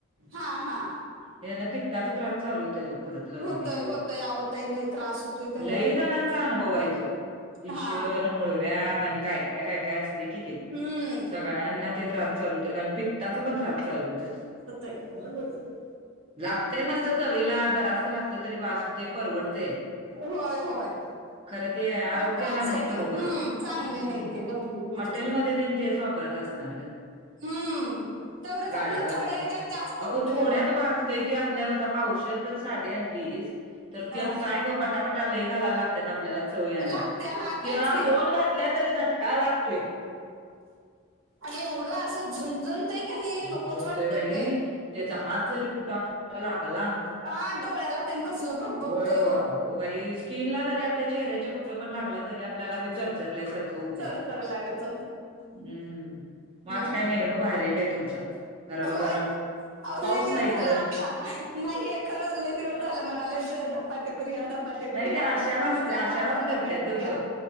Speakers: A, on the right; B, on the right.
A: हा हा
B: यान पित्ताचा त्रास चालू होत्यात बघ परत लवंगीन.
A: होतय होतय आवडतय लय त्रास होतोय त्यान
B: लई जणांच अनुभव आहे तो. फिशर,
A: हा
B: मुळव्यात आणि काय काय काय काय असते कि ते
A: हम्म
B: सगळ्यांना ते त्रास चालू होत्यात. आणि पित्ताचा पण त्रास चालू होत्यात.
A: <unintelligible>
B: लागतेय मस्त चवीला जरा घातलं तरी बास वते परवडते.
A: होय होय
B: खरं ते आरोग्याला
A: खर त्रास
B: नाही
A: होतोय
B: बरोबर
A: हम्म चांगले
B: हम्,
A: नाही ते लवंगी मिरचीच
B: हॉटेलमध्ये त्यांनी तेच वापरत आसणार ग,
A: हम्म तेवढंच
B: गाडवालं
A: आपलं थोड्या ह्याच्यात जास्त होतय
B: अगो थोड्यात
A: हो
B: बा आपल्या आता पावशर जर साध आणली तर
A: हा
B: त्यात काय ग पटापटा लय घालायला लागत्यात आपल्याला चव याला,
A: लागते हा
B: त्या
A: तेच की
B: दोन घातल्या तरी का लागतोय.
A: आणि एवढं असं झूनझूनतय का नाही
B: झणझणतोय
A: नकोच वाटतय
B: बाई
A: ते
B: त्याचा हात जरी कुठला आपल्याला लागला
A: हा डोळ्याला ते कसलं भग बघतय
B: होय होय. हो बाई स्किन ला जरी आपल्या चेहऱ्याच्या कुठ पण लागला तरी आपल्याला ते चरचरल्यासारखं होतंय.
A: चरचरल्यागत
B: हम्म म
A: हम्म
B: आज काय
A: हम्म.
B: मेनू भारी आहे बाई तुमच गरम
A: होय
B: गरम
A: अहो
B: पाऊस
A: लय दिवस
B: नाही
A: झाला
B: खरं
A: आता नाहीये खरं लय दिवस झालं म्हणा लय दिवस धपाटे करूया धपाटे करूया
B: नाही ते आषाढ
A: मग म्हंटलं
B: असतंय
A: आता
B: आषाढात
A: आज संध्याकाळी
B: करत्यातच
A: करूया
B: बघ